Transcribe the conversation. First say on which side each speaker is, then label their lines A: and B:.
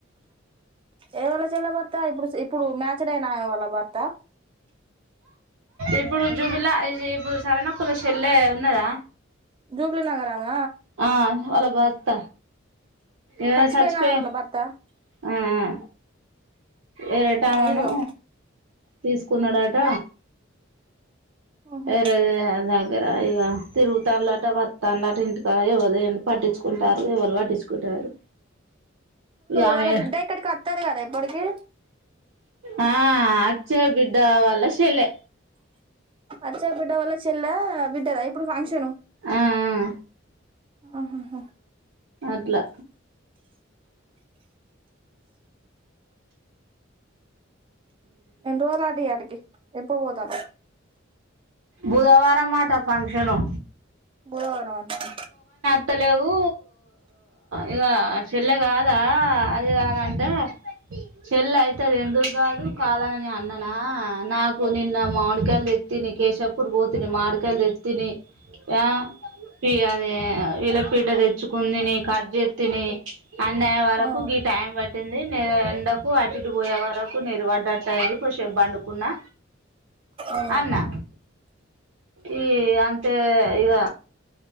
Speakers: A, on the right; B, on the right.
A: ఏవల చెల్లె భర్త ఇప్పుడు ఇప్పుడు మ్యాచ్ డే నా వళ్ళ భర్త
B: ఇప్పుడు జూబిలా ఇప్పుడు సరన కుల చెెల్లే ఉన్నదా
A: జుబ్లీ నగర్ ఆమె
B: ఆ వాళ్ళ భర్త ఏ
A: చచ్చిపోయిన
B: సచ్పోయి
A: ఆమె వాళ్ళ భర్త
B: ఆ ఆ ఏరటా ఆమెను
A: అయ్యో
B: తీసుకున్నాడాట
A: ఆహా
B: రే రే అగాగు జర ఆగుర తిరుగుతానులలాట వతన్లాట ఇంటికాడా ఎవరు పట్టించుకుంటారు ఎవరు పట్టించుకుంటారు ఆమె
A: వాళ్ళ బిడ్డ ఇక్కడికి వస్తాది కదా ఎప్పటికి
B: ఆ చ్చ బిడ్డ వాల సెల్లే
A: అచ్చ బిడ్డ వల్ల చెల్లె బిడ్డద ఇప్పుడు ఫంక్షన్
B: ఆ ఆ
A: ఆహాహ
B: అట్లా
A: ఎన్ని రోజులు అట ఇయాటికి ఎప్పుడు పోతనవ్.
B: బుధవారం అట ఫంక్షను
A: బుధవారం అటన
B: త్తలేవు ఇగ చెల్లె కాదా అది గాదాంటే చెల్లె అయితుది ఎందుకు కాదు కాదని నే అన్ననా నాకు నిన్న మామిడికాయలు తెత్తే నికేశబ్ అప్పుడు పోతుని మావిడికాయలు తెత్తిని ఆ పి అదే ఈలపీట తెచ్చుకుంది ని కట్ చేత్తిని అన్న అయ్యే వరకు
A: ఆ
B: గి టైం పట్టింది నేరన్ ఎండకు అటుటి పోయే వరకు నేరివడ్డట్ అయింది కొసబ్ పండుకున్నా
A: ఆ
B: అన్నా ఈ అంతే ఇగ